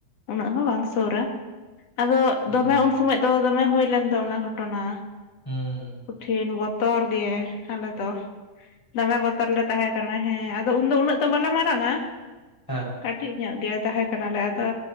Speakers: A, on the left; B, in the centre.
A: ᱩᱱᱟᱹᱜ ᱦᱚᱸ ᱵᱟᱝ ᱥᱩᱨᱟ ᱟᱫᱚ
B: ᱦᱩᱸ
A: ᱫᱚᱢᱮ ᱩᱱ ᱥᱚᱢᱚᱭ ᱫᱚᱼᱼ ᱫᱚᱢᱮ ᱦᱚᱭ ᱞᱮᱱ ᱫᱚ ᱚᱱᱟ ᱜᱷᱚᱴᱚᱱᱟ
B: ᱦᱩᱸ
A: ᱠᱩᱴᱷᱤᱱ ᱵᱚᱼᱼ ᱛᱚᱨ ᱜᱮ ᱟᱞᱮ ᱫᱚ ᱫᱚᱢᱮ ᱵᱚᱛᱚᱨ ᱞᱮ ᱛᱟᱦᱮᱸᱼᱼ ᱠᱟᱱᱟ ᱦᱮᱸ ᱟᱫᱚ ᱩᱱ ᱫᱚ ᱩᱱᱟᱹᱜ ᱫᱚ ᱵᱟᱞᱮ ᱢᱟᱨᱟᱝᱟ
B: ᱦᱮᱸ
A: ᱠᱟᱹᱴᱤᱡ ᱧᱚᱜ ᱜᱮ ᱛᱟᱦᱮᱸ ᱠᱟᱱᱟ ᱞᱮ ᱟᱫᱚ